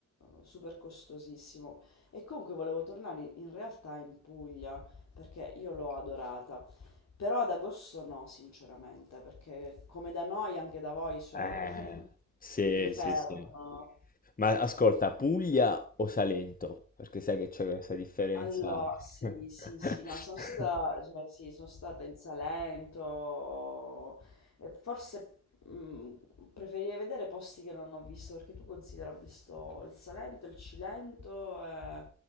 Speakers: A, on the left (about 65°); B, on the left (about 30°).
A: super costosissimo. E comunque volevo tornare in in realtà in Puglia, perché io l'ho adorata. Però ad agosto no, sinceramente, perché come da noi anche da voi c'è
B: Eh,
A: <laughs>
B: Sì,
A: l'inferno.
B: sì, sì. Ma ascolta, Puglia o Salento? Perché sai che c'è questa differenza.
A: Allo sì,
B: <laughs>
A: sì, sì, no, sono stata, cioè, sì, sono stata in Salento, e forse mh, preferirei vedere posti che non ho visto, perché tu considera, ho visto il Salento, il Cilento, e,